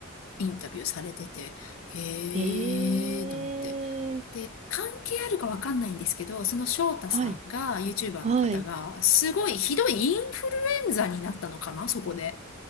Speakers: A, on the left (about 85°); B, on the right (about 35°).
A: インタビューされてて、へーと思って。
B: ええ、
A: で、関係あるかわかんないんですけど、その翔太さんが、
B: はい。
A: YouTuber
B: はい。
A: の方が、すごいひどいインフルエンザになったのかな、そこで。